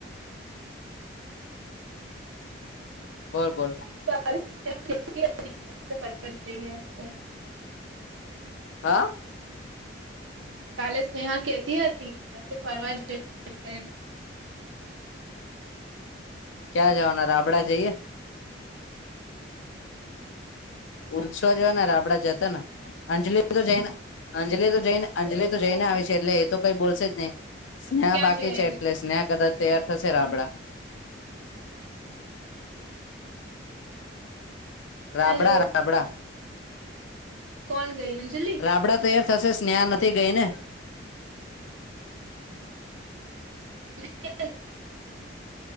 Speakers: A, on the left (about 80°); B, on the right (about 85°).
A: બોલ બોલ
B: <unintelligible>
A: હા
B: કાલે સ્નેહા કેતી હતી કસે ફરવા જઈ એમ કરીને
A: ક્યાં જવાના રાબડા જઈએ પુછો જોવા ને રાબડા જતા ને અંજલી અલી તો જને અંજલીિ તો જઈને અંજલિ તો જઈને આવી છે એટલે એ તો કઈ બોલશે જ નહી સ્નેહા
B: ક્યાં
A: બાકી
B: જઈ રહી
A: છે એટલે સ્નેહા કદાચ તૈયાર થશે રાબડા- - રાબડા
B: હેલો
A: રાબડા.
B: કોણ કરી અંજલી?
A: રાબડા તૈયાર થશે સ્નેહા નથી ગઈ ને.
B: <unintelligible>